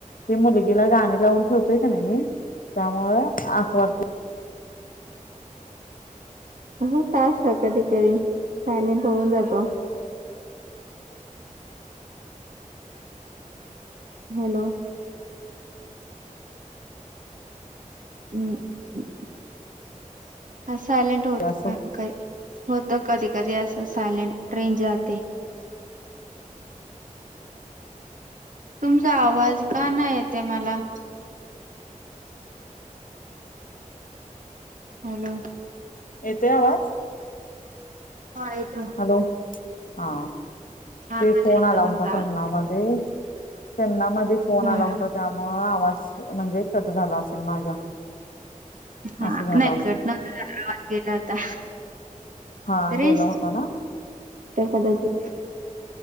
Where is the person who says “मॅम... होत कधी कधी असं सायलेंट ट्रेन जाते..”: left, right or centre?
Right